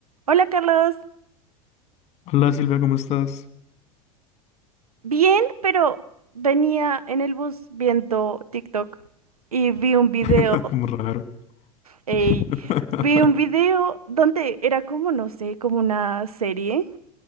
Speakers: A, on the right; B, on the left.
A: Hola Carlos,
B: Hola Silvia, ¿cómo estás?
A: bien, pero venía en el bus viendo TikTok y vi un video,
B: <laughs> Como raro.
A: ey,
B: <laughs>
A: vi un video donde era como, no sé, como una serie